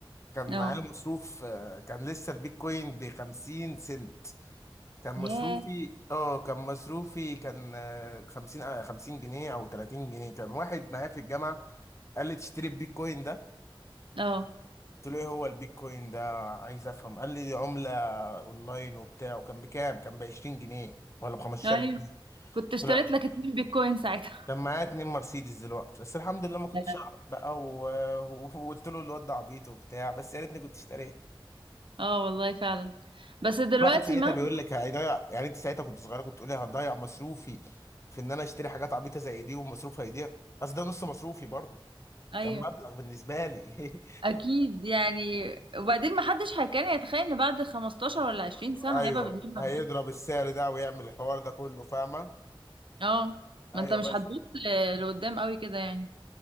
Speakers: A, on the left; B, on the right.
A: كان
B: اه
A: معايا مصروف آه، كان لسه البيتكوين ب 50 سنت كان مصروفي
B: ياه
A: اه كان مصروفي كان آه، خمسين آه، خمسين جنيه أو تلاتين جنيه كان واحد معايا في الجامعة قال لي تشتري البيتكوين ده
B: اه
A: قلت له ايه هو البيتكوين ده عايز افهم قال لي عملة اونلاين وبتاع وكان بكام كان ب 20 جنيه ولا ب 15
B: ايوه
A: جنيه قلت
B: كنت اشتريت
A: له لا
B: لك اتنين بيتكوين ساعتها
A: كان معايا اتنين مرسيدس دلوقتي بس الحمد لله ما كنتش
B: لا.
A: اعرف بقى و- <laughs> و- وقلت له الواد ده عبيط وبتاع بس يا ريتني كنت اشتريت
B: اه والله فعلا بس دلوقتي
A: الواحد ساعتها
B: مهما
A: بيقول لك هيضيع يعني انت ساعتها كنت صغيره كنت تقولي هنضيع مصروفي في ان انا اشتري حاجات عبيطه زي دي ومصروف هيضيع بس ده نص مصروفي برضو
B: ايوه
A: كان مبلغ بالنسبه لي
B: اكيد يعني وبعدين ما حدش كان يتخيل ان بعد 15
A: <laughs>
B: ولا 20 سنه
A: ايوه
B: هيبقى بالمبلغ
A: هيضرب
B: ده
A: السعر ده ويعمل الحوار ده كله فاهمه
B: اه
A: ايوه
B: ما انت مش
A: بس
B: هتبص ل- لقدام قوي كده يعني